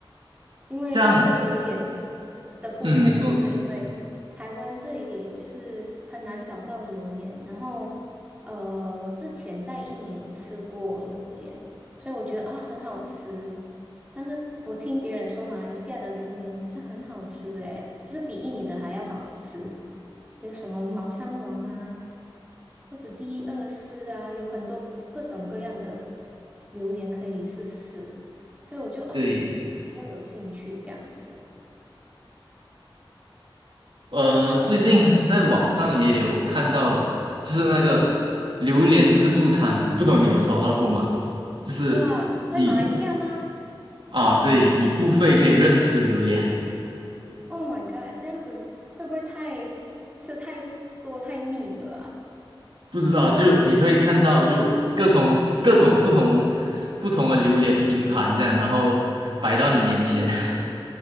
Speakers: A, on the right (about 15°); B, on the right (about 65°).
A: 因为就是榴莲
B: 这样，
A: 的部分，
B: 嗯，你说
A: 就是因为台湾这里就是很难找到榴莲，然后呃，我之前在印尼有吃过榴莲，所以我觉得啊很好吃，但是我听别人说马来西亚的榴莲也是很好吃诶，就是比印尼的还要好吃，有什么猫山王啊，或者第二世啊，有很多各种各样的榴莲可以试试。所以我就啊
B: 对，
A: 比较有兴趣这样子。
B: 呃，
A: 那我就
B: 最近在网上也有看到，
A: 嗯，
B: 就是那个榴莲自助餐，不懂你有刷到过吗？就是你
A: 哇，在马来西亚吗
B: 啊，对，你付费可以任吃榴莲，
A: ？Oh my god，这样子会不会太吃太多太腻了啊？
B: 不知道就你会看到就各种各种不同
A: 嗯
B: 不同的榴莲拼盘这样，然后摆到你眼前。
A: 嗯，
B: <laughs>